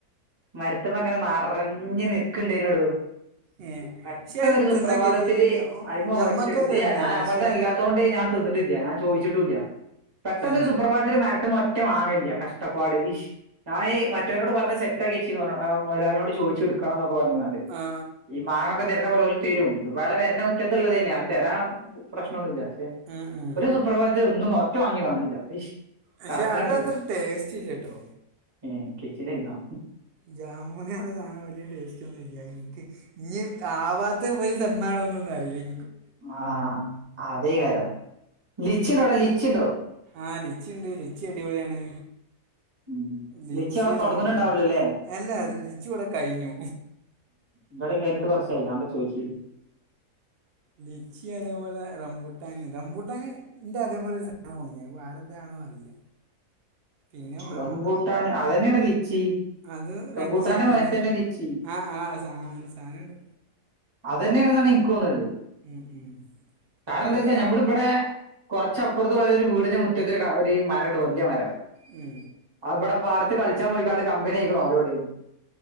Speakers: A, on the right (about 25°); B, on the right (about 80°).
A: മരത്മ്മങ്ങനെ നിറഞ്ഞഞ് നിക്ക് ണ്ടായിനി ടോ
B: ഏ
A: പെട്ടെന്നരു
B: പക്ഷെ അത്
A: സുപ്രഭാതത്തില്
B: തിന്ന ചേച്ചി
A: അതിമ
B: ഞമ്മക്കത്
A: ഒറ്റ ഇല്ല
B: തന്ന്
A: ഞാൻ
B: പക്ഷേ
A: അപ്പോളത്തെ അല്ലാത്തൊണ്ട് ണ്ട് ഞാൻ തിന്നിട്ടില്ല ഞാൻ ചോദിച്ചിട്ടുല്ല പെട്ടെന്നൊരു
B: ഏ
A: സുപ്രഭാതന് മരത്ത് മ്മേ ഒറ്റ മാങ്ങാ ല്ല കഷ്ടപ്പാട് ഞാൻഈ മറ്റവരോട് പറഞ്ഞ സെറ്റൊക്കെച്ചീന്ന് പറ മൊതലാളിനോട് ചോദിച്ച എടുക്കണം എന്നൊക്കെ പറഞ്ഞാണ്ട്
B: ആ
A: ഈ മാങ്ങൊക്കെ തരുന്ന പോലെ പോലെ തരും ഇ വളെ വരേ മുറ്റത്തുള്ളത് തന്നെയ ആൾ തരാൻ പ്രശ്നമൊന്നുമ ഇല്ല
B: ആ ആ ആ
A: ഒരു സുപ്രഭാത്തി ഒന്നും ഒറ്റ മാങ്ങി കാണില്ല
B: പക്ഷെ
A: കരച്ചിലാം
B: അതത്ര
A: കടി
B: ടേസ്റ്റ് ഇല്ല കേട്ടോ
A: ഏ കിച്ചലൈന്നോ
B: ജാമുന് പറഞ്ഞ സധാനം വലിയ ടേസ്റ്റ് ഒന്നുംല്ല എനിക്ക് ഇനി ആവാ അ പോയി തന്നണോന്ന അറിയി
A: ആഹഹ് അതേ കാരം ലിച്ചി ണ്ടോടാ ലിച്ചി ണ്ടോ?
B: ആ ലച്ചി ണ്ട് ലിച്ചി അടിപൊളിയാണ്
A: ഉം.
B: ലിച്ചി
A: അവിടെ തുടങ്ങുന്നുണ്ടാവുള്ളൂ
B: റമ്പു
A: അല്ലേ
B: അല്ലാ ലിച്ചി വടെ കഴിഞ്ഞു
A: ഇവിടെയും കഴിഞ്ഞിട്ട് കുറച്ചായി അതാ ചോയ്ച്ച
B: ലിച്ചി അതേപോലെ റംബുട്ടാന് റംബുട്ടാനി എന്റെ അതേപോലെ സെ വേറെന്താണോ അറിയില്ല പിന്നെ മാ-
A: റംബൂട്ടാൻ അതന്നെ ട ലിച്ചി
B: അത് രണ്ടു
A: റംബൂട്ടാന്റെ
B: സെയിം
A: മരത്തന്നെ
B: ന്നെ
A: ലിച്ചി
B: ആ ആ സാ സാനുണ്ട്
A: അതനെണെന്നാണ് എനിക്ക് തോന്നണത്
B: ഉണ്ട്
A: കാരണം
B: അതേതായാലും
A: ന്താ വെച്ചാ നമ്മളിവിടെ കുറച്ചപ്പുറത്ത് പോയ ഒരു വീടിനന് മുറ്റത്ത് ഒരു മരണ്ട് വലിയ മരം
B: ഉം
A: ഇവിടെ പാറത്ത് കളിച്ചാൻ പോയിക്കാണ്ട് കമ്പനിയിക്കണ ഓലൂടെ